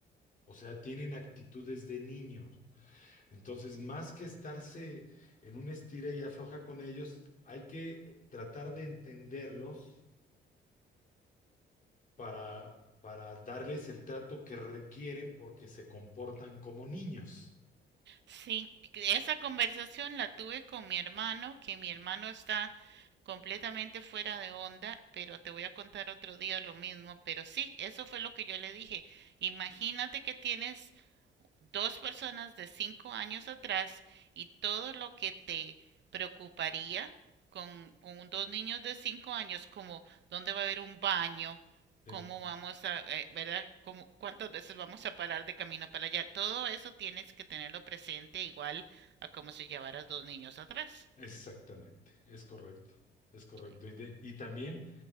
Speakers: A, on the left; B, on the right.
A: o sea, tienen actitudes de niños. Entonces, más que estarse en un estira y afloja con ellos, hay que tratar de entenderlos para, para darles el trato que requieren porque se comportan como niños.
B: sí, esa conversación la tuve con mi hermano, que mi hermano está completamente fuera de onda, pero te voy a contar otro día lo mismo, pero sí, eso fue lo que yo le dije. Imagínate que tienes dos personas de cinco años atrás y todo lo que te preocuparía con, con dos niños de cinco años, como dónde va a haber un baño,
A: ¿sí?
B: cómo vamos a, eh, ¿verdad? Cómo, cuántas veces vamos a parar de camino para allá. Todo eso tienes que tenerlo presente igual a como si llevaras dos niños atrás.
A: Exactamente, es correcto, es correcto.
B: Sí,
A: Y, de- y también,